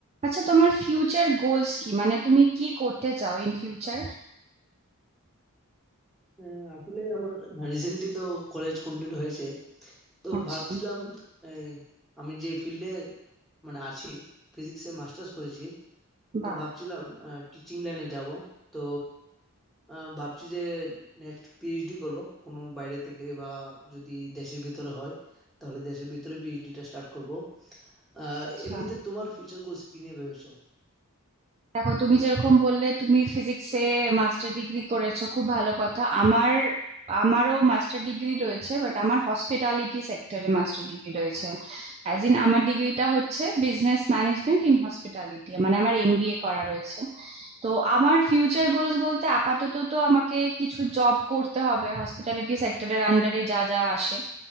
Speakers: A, on the right; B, in the centre.
A: আচ্ছা তোমার future goals কি মানে তুমি কি করতে চাও ইন ফিউচার
B: আহ, আসলে আমার রিসেন্টলি তো কলেজ কমপ্লিট হয়েছে তো
A: আচ্ছা
B: ভাবছিলাম এই, আমি যে ফিল্ডে মানে আছি ফিজিক্সে মাস্টার্স করেছি
A: বাহ
B: তো ভাবছিলাম টিচিং লাইনে যাব তো আহ, ভাবছি যে নেক্সট পিএইচডি করব কোনো বাইরে থেকে বা যদি দেশের ভিতরে হয় তাহলে দেশের ভিতরে পিএইচডিটা স্টার্ট করব আহ,
A: আচ্ছা
B: এমনিতে তোমার ফিউচার গোলস কি নিয়ে ভেবেছো
A: দেখো তুমি যেরকম বললে তুমি ফিজিক্সে মাস্টার ডিগ্রি করেছো খুব ভালো কথা আমার আমারও মাস্টার ডিগ্রি রয়েছে বাট আমার হসপিটালিটি সেক্টরে মাস্টার ডিগ্রি রয়েছে অ্যাজ ইন আমার ডিগ্রিটা হচ্ছে বিজনেস ম্যানেজমেন্ট ইন হসপিটালিটি মানে আমার এমবিএ করা রয়েছে তো আমার ফিউচার গোলস বলতে আপাতত তো আমাকে কিছু জব করতে হবে হসপিটালিটি সেক্টরের আন্ডারে যা যা আসে